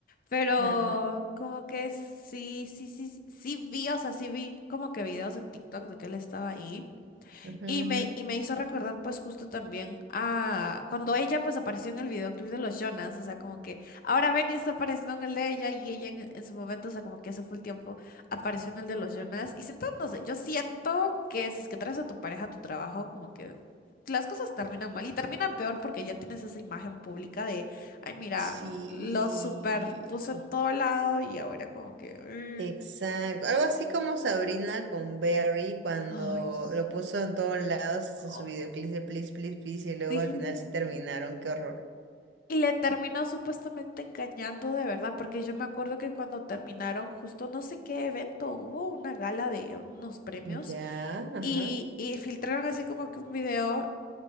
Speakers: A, on the left (about 55°); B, on the right (about 80°).
A: Pero
B: Ajá.
A: como que sí, sí, sí, sí sí vi, o sea, sí vi como que videos en TikTok de que él estaba ahí.
B: ujú,
A: Y me,
B: ujú.
A: y me hizo recordar pues justo también a cuando ella pues apareció en el videoclip de los Jonas, o sea, como que ahora Benny está apareciendo en el de ella y ella en, en su momento, o sea, como que hace full tiempo apareció en el de los Jonas. Y siento, no sé, yo siento que si es que traes a tu pareja a tu trabajo, como que las cosas terminan mal y terminan peor porque ya tienes esa imagen pública de, ay, mira,
B: Sí.
A: lo super puso en todo lado y ahora como que...
B: Exacto.
A: mm,
B: Algo así como Sabrina con Berry cuando
A: Ay, sí.
B: lo puso en todos lados en
A: ay.
B: su videoclip de Please, Please, Please y luego
A: Sí.
B: al final sí terminaron. Qué horror.
A: Y le terminó supuestamente engañando de verdad, porque yo me acuerdo que cuando terminaron justo no sé qué evento hubo, una gala de unos premios,
B: Ya. Ajá.
A: y, y filtraron así como que un video